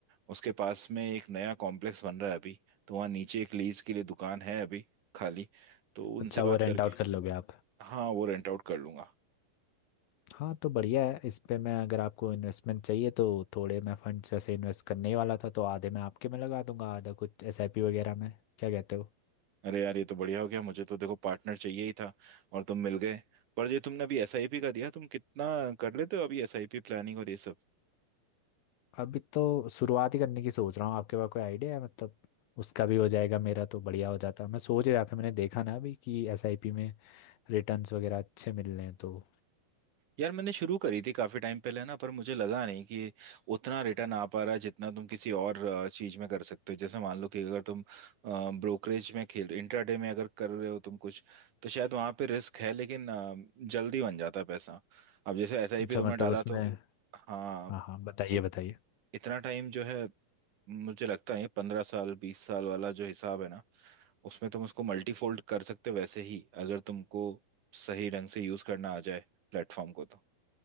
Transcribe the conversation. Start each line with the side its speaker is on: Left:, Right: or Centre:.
Right: उसके पास में एक नया कॉम्प्लेक्स बन रहा है अभी तो वहाँ नीचे एक लीज के लिए दुकान है अभी खाली तो उनसे
Left: अच्छा
Right: बात
Left: वो
Right: करके
Left: रेंट आउट कर लोगे आप
Right: हाँ वो रेंट आउट कर लूंगा
Left: हाँ तो बढ़िया है इस पे मैं अगर आपको इन्वेस्टमेंट चाहिए तो थोड़े मैं फंड्स वैसे इन्वेस्ट करने ही वाला था तो आधे मैं आपके में लगा दूंगा आधा कुछ एसआईपी वगैरह में क्या कहते हो
Right: अरे यार ये तो बढ़िया हो गया मुझे तो देखो पार्टनर चाहिए ही था और तुम मिल गए पर ये तुमने अभी एसआईपी का दिया तुम कितना कर लेते हो अभी एसआईपी प्लानिंग और ये सब
Left: अभी तो शुरुआत ही करने की सोच रहा हूँ आपके पास कोई आइडिया है मतलब उसका भी हो जाएगा मेरा तो बढ़िया हो जाता मैं सोच ही रहा था मैंने देखा ना अभी कि एसआईपी में रिटर्न्स वगैरह अच्छे मिल रहे हैं तो
Right: यार मैंने शुरू करी थी काफी टाइम पहले ना पर मुझे लगा नहीं कि उतना रिटर्न आ पा रहा है जितना तुम किसी और अ, चीज में कर सकते हो जैसे मान लो कि अगर तुम ब्रोकरेज में खेल इंट्राडे में अगर कर रहे हो तुम कुछ तो शायद वहां पे रिस्क है लेकिन अ, जल्दी बन जाता है पैसा अब जैसे एसआईपी
Left: अच्छा
Right: तुमने
Left: मतलब
Right: डाला
Left: उसमें
Right: तो हाँ
Left: हाँ हाँ बताइए
Right: इ,
Left: बताइए
Right: इतना टाइम जो है मुझे लगता है पंद्रह साल बीस साल वाला जो हिसाब है ना उसमें तुम उसको मल्टीफोल्ड कर सकते हो वैसे ही अगर तुमको सही ढंग से यूज करना आ जाए प्लेटफॉर्म को तो